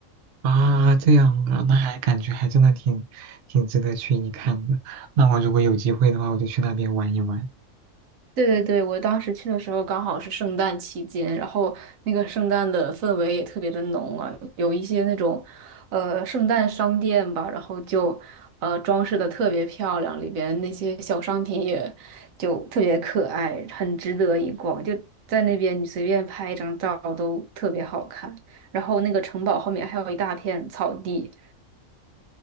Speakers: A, on the right; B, on the right.
A: 啊，这样啊，那还感觉还真的挺挺值得去一看的。那我如果有机会的话，我就去那边玩一玩。
B: 对对对，我当时去的时候刚好是圣诞期间，然后那个圣诞的氛围也特别的浓啊，有一些那种，呃，圣诞商店吧，然后就，呃，装饰的特别漂亮，里边那些小商品也就特别可爱，很值得一逛。就在那边你随便拍一张照都特别好看，然后那个城堡后面还有一大片草地。